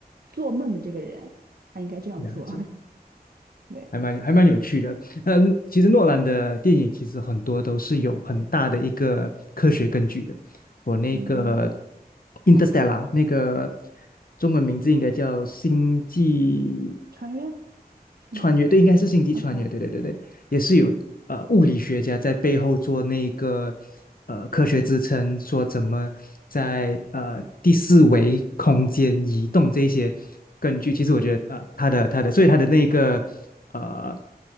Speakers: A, on the right (about 70°); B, on the left (about 60°).
A: 做梦的这个人他应该这样做，
B: 了解，
A: <laughs> 对，
B: 还蛮还蛮有趣的。嗯，其实诺兰的电影其实很多都是有很大的一个科学根据的。我那个
A: 嗯，
B: 《Interstellar》那个中文名字应该叫《星际》
A: 穿越是吗
B: 穿越，对，应该是星际穿越，
A: ？OK，
B: 对对对对，也是有呃物理学家在背后做那个呃科学支撑，说怎么在呃第四维空间移动这些根据。其实我觉得呃他的他的，所以他的那个呃